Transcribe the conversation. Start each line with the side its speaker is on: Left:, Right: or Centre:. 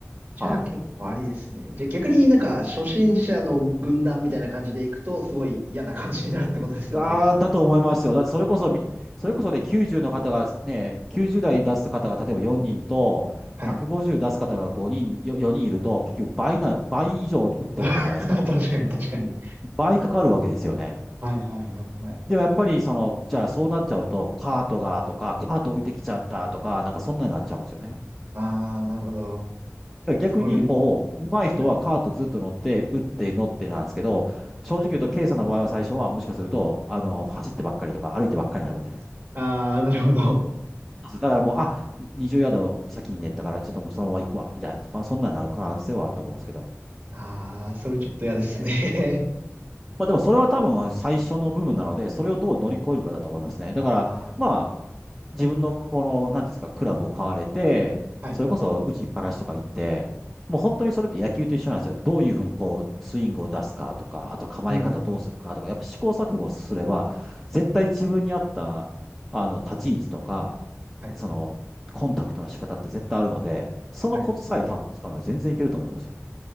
Right: じゃあ結構ありですね。
Centre: はい。
Right: じゃあ逆になんか初心者の軍団みたいな感じで行くとすごい嫌な感じになるってことですよね。
Centre: ああ、だと思いますよ。だって、それこそみ、それこそね、90の方がね、90代出す方が例えば4人と、
Right: はい。
Centre: 150出す方が5人、よ4人いると、結局倍な、倍以上打ってるわけじゃないですか。
Right: <laughs> 確かに確かに。
Centre: 倍かかるわけですよね。
Right: はいはいはいはい。
Centre: でもやっぱりその、じゃあそうなっちゃうと、カートがとか、カート置いてきちゃったとか、なんかそんなになっちゃうんですよね。
Right: ああ、なるほど。
Centre: だから逆にもう、
Right: それ、
Centre: 上手い人はカートずっと乗って、
Right: はい、
Centre: 打って、乗ってなんですけど、正直言うと、K さんの場合は最初はもしかすると、あの、走ってばっかりとか歩いてばっかりになるかもしれないです。
Right: ああ、なるほど。
Centre: そうですだからもう、あ、20ヤード先に寝たから、ちょっともうそのまま行くわ、みたいなとか、そんなになる可能性はあると思うんですけど。
Right: ああ、それちょっと嫌ですね。
Centre: まあでもそれは多分最初の部分なので、それをどう乗り越えるかだと思いますね。だから、
Right: <laughs>
Centre: まあ、
Right: あ
Centre: 自分のこの、なんていうんですか、クラブを買われて、
Right: あ、はい。
Centre: それこそ打ちっぱなしとか行って、もう本当にそれって野球と一緒なんですよ。どういうふうにこう、スイングを出すかとか、あと構え方どうするかとか、
Right: うん、うん。
Centre: やっぱ試行錯誤すれば、絶対自分に合った、あの、立ち位置とか、
Right: はい。
Centre: その、コンタクトの仕方って絶対あるので、そのコツさえ多分使めば全然いけると思いますよ。
Right: はい。